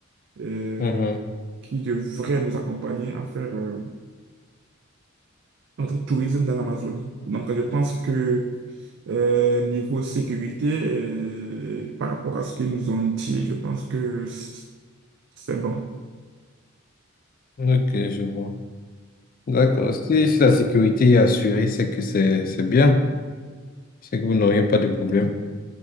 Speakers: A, on the right (about 55°); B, on the left (about 40°).
A: euh,
B: Mhm.
A: qui devraient nous accompagner à faire euh, notre tourisme dans l'Amazonie. Donc, je pense que euh, niveau sécurité, euh, par rapport à ce qu'ils nous ont dit, je pense que c- c'est bon.
B: Ok, je vois. D'accord. Si, si la sécurité est assurée, c'est que c'est c'est bien. C'est que vous n'auriez pas de problème.